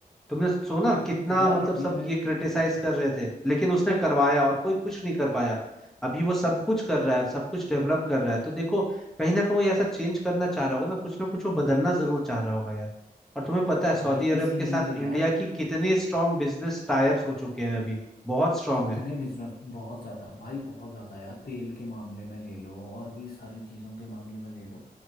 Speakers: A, in the centre; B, on the left (about 70°).
A: तुमने सुना कितना
B: यार
A: मतलब
B: ये
A: सब ये क्रिटिसाइज कर रहे थे लेकिन उसने करवाया और कोई कुछ नहीं कर पाया अभी वो सब कुछ कर रहा है सब कुछ डेवलप कर रहा है तो देखो कहीं ना कहीं वो ऐसा चेंज करना चाह रहा होगा ना कुछ ना कुछ वो बदलना जरूर चाह रहा होगा यार और तुम्हें पता है सऊदी
B: भाई
A: अरब
B: इसीलिए
A: के साथ इंडिया
B: यार
A: की कितनी स्ट्रांग बिजनेस टाइप्स हो चुके हैं अभी बहुत स्ट्रांग
B: कितने
A: है
B: बिजनेस बहुत ज़्यादा भाई बहुत ज़्यादा यार तेल के मामले में ले लो और भी सारी चीज़ों के मामले में ले लो